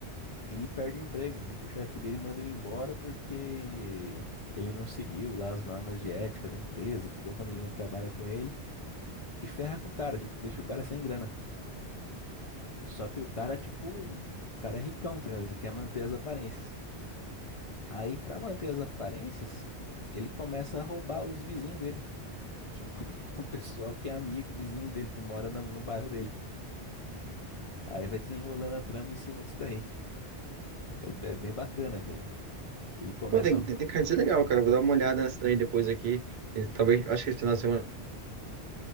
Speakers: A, on the left; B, on the right.
A: e perde o emprego. Tipo, o chefe dele manda ele embora porque ele não seguiu lá as normas de ética da empresa, ficou com a menina que trabalha com ele e ferra com o cara, tipo, deixa o cara sem grana. Só que o cara, tipo, o cara é ricão, tá ligado? Ele quer manter as aparências. Aí, pra manter as aparências, ele começa a roubar os vizinhos dele. Tipo, <laughs> o pessoal que é amigo, vizinho dele, que mora na- no bairro dele. Aí vai desenrolando a trama em cima disso daí. É, é bem bacana, cara. Que ele começa.
B: Pô, tem,
A: a rou-
B: tem tem cards legal, cara. Vou dar uma olhada nessa daí depois aqui. E Talvez, acho que esse final de semana.